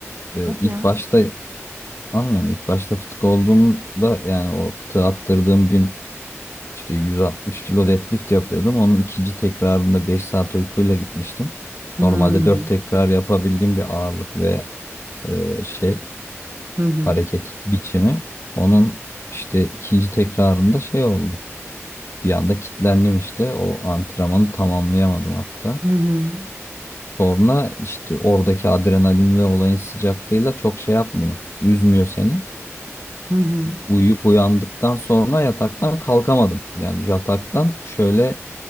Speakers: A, on the left; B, on the right.
A: Ee,
B: Hadi
A: ilk
B: ya.
A: başta aynen ilk başta fıtık olduğumda yani o fıtığı attırdığım gün işte 160 kilo deadlift yapıyordum. Onun ikinci tekrarında 5 saat uykuyla gitmiştim.
B: Hmm.
A: Normalde 4 tekrar yapabildiğim bir ağırlık ve e, şey
B: Hı hı.
A: hareket biçimi. Onun işte ikinci tekrarında şey oldu. Bir anda kilitlendim işte. O antrenmanı tamamlayamadım hatta.
B: Hı hı.
A: Sonra işte oradaki adrenalin ve olayın sıcaklığıyla çok şey yapmıyor. Üzmüyor seni.
B: Hı hı.
A: Uyuyup uyandıktan sonra yataktan kalkamadım. Yani yataktan şöyle